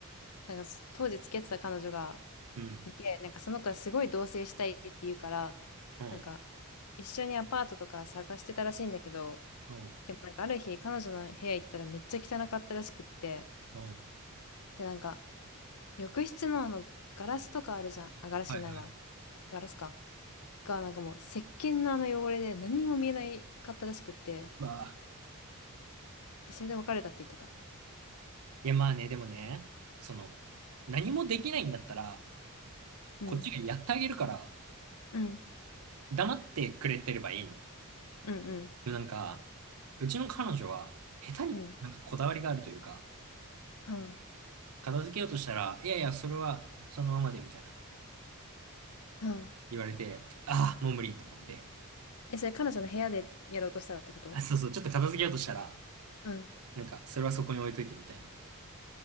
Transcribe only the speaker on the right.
うん。
うん。
うん。
うん
はいはい。
うわあ。
いや、まあね、でもね、その、何もできないんだったら、
こっちがやってあげるから、
黙ってくれてればいいの。
なんか、うちの彼女は、下手になんかこだわりがあるというか、
片付けようとしたら、いやいや、それはそのままでみたいな
言われて、ああ、もう無理と思って。
あ、そうそう、ちょっと片付けようとしたら、
なんか、それはそこに置いといてみたいな。